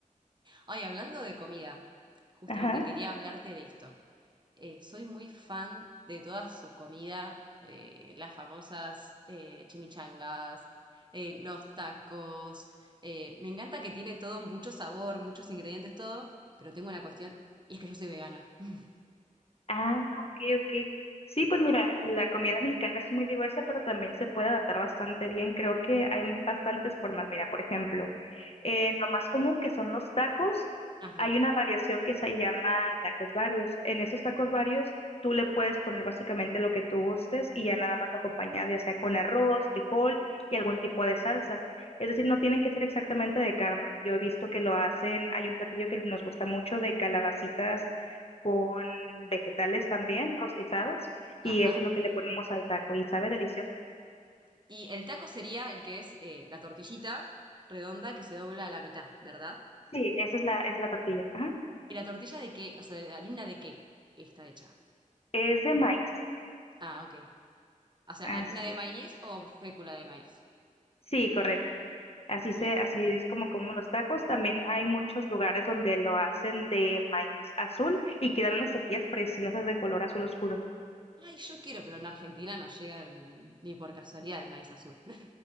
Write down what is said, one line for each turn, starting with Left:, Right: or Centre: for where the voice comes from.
Right: Ay, hablando de comida, justamente
Left: Ajá.
Right: quería hablarte de esto. Eh, soy muy fan de toda su comida, eh, las famosas eh, chimichangas, eh, los tacos. eh, me encanta que tiene todo mucho sabor, muchos ingredientes, todo, pero tengo una cuestión, y es que yo soy vegana. <laughs>
Left: Ah, ok, ok. Sí, pues mira, la comida mexicana es muy diversa, pero también se puede adaptar bastante bien. Creo que hay bastantes formas. Mira, por ejemplo, en lo más común que son los tacos,
Right: Ajá,
Left: hay una variación que se llama tacos varios. En esos tacos varios, tú le puedes poner básicamente lo que tú gustes y ya nada más lo acompañas, ya sea con arroz, frijol y algún tipo de salsa. Es decir, no tienen que ser exactamente de carne. Yo he visto que lo hacen, hay un platillo que nos gusta mucho de calabacitas con vegetales también rostizados
Right: ajá.
Left: y eso es lo que le ponemos al taco y sabe delicioso.
Right: Y el taco sería el que es eh, la tortillita redonda que se dobla a la mitad, ¿verdad?
Left: Sí, esa es la, es la tortilla. Ajá.
Right: ¿Y la tortilla de qué? O sea, ¿de harina de qué está hecha?
Left: Es de maíz.
Right: Ah, ok. O sea,
Left: Así
Right: ¿harina de maíz
Left: es.
Right: o fécula de maíz?
Left: Sí, correcto. Así se,
Right: Ok.
Left: así es como comemos los tacos. También hay muchos lugares donde lo hacen de maíz azul y quedan unas tortillas preciosas de color azul oscuro.
Right: Ay, yo quiero, pero en Argentina no llega ni por casualidad el maíz azul. <laughs>